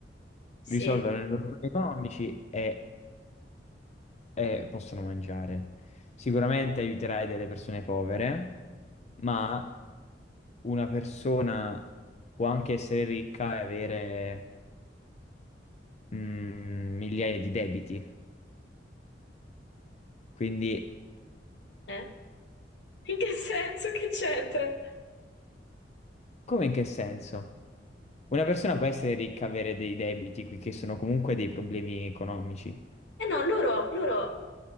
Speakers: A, on the left (about 75°); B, on the left (about 40°).
A: sì?
B: risolvono i loro problemi economici e e possono mangiare. Sicuramente aiuterai delle persone povere, ma una persona può anche essere ricca e avere mm, migliaia di debiti. Quindi,
A: Eh? In che senso che c'entra?
B: come in che senso? Una persona può essere ricca, avere dei debiti, qui che sono comunque dei problemi economici.
A: Eh no, loro, loro